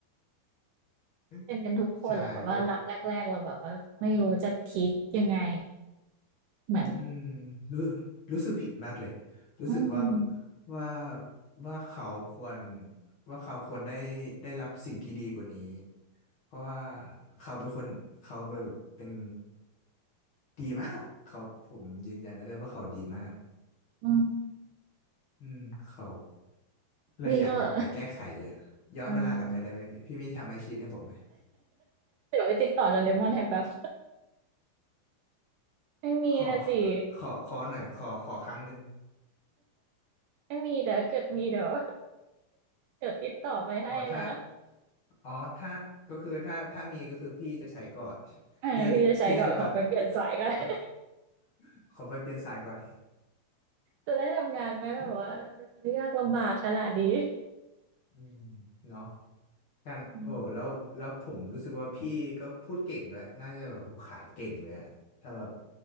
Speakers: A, on the left; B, on the right.
A: <laughs>
B: เป็นกันทุกคนแหละแบบว่ารักแรกๆเราแบบว่าไม่รู้จะทิทยังไง
A: ใช่ก็
B: เหมือน
A: อืมรู้รู้สึกผิดมากเลยรู้สึกว่า
B: อืม
A: ว่าว่าเขาควรว่าเขาควรได้ได้รับสิ่งที่ดีกว่านี้เพราะว่าเขาเป็นคนเขาแบบเป็นดีมากเขาผมยืนยันได้เลยว่าเขาดีมาก
B: อืม
A: อืมเขาเลยอยากกลับไปแก้ไขอ่ะย้อนเวลากลับไปได้ไหมพี่มีทำให้ชินให้ผมไหม
B: นี่ก็ <laughs> อ่าเดี๋ยวไปติดต่อโดเรมอนให้แป๊บไม่มีนะสิ
A: ขอขอขอหน่อยขอขอครั้งหนึ่ง
B: ไม่มีเดี๋ยวเกิดมีเดี๋ยวเดี๋ยวติดต่อไปให้นะ
A: อ๋อถ้าอ๋อถ้าก็คือถ้าถ้ามีก็คือพี่จะใช้ก่อน
B: อาพี่จะใช้ก่อนขอไปเปลี่ยนสายก่อน
A: พี่พี่จะแบบ <coughs>
B: <laughs>
A: <laughs> ขอไปเปลี่ยนสายก่อน
B: จะได้ทำงานไหมแบบว่าเออยากลำบากขนาดนี้
A: <coughs> อืมเนาะการโอ้แล้วแล้วผมรู้สึกว่าพี่ก็พูดเก่งด้วยน่าจะแบบขายเก่งเลยอะถ้าแบบ
B: <laughs> อืม